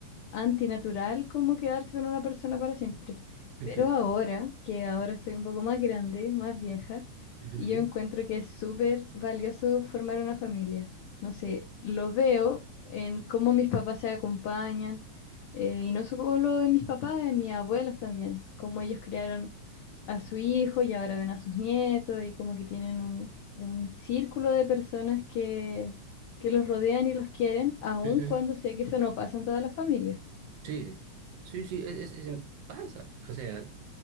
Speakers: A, on the left; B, on the right.
A: antinatural como quedarse con una persona para siempre.
B: Ujú,
A: Pero ahora, que ahora estoy un poco más grande, más vieja,
B: ujú,
A: yo encuentro que es súper valioso formar una familia. No sé, lo veo en cómo mis papás se acompañan, eh, y no solo en mis papás, en mis abuelos también, cómo ellos criaron a su hijo y ahora ven a sus nietos y como que tienen un, un círculo de personas que, que los rodean y los quieren, aun
B: ujú.
A: cuando sé que eso no pasa en todas las familias.
B: Sí, sí, sí, es, es- es- pasa. O sea,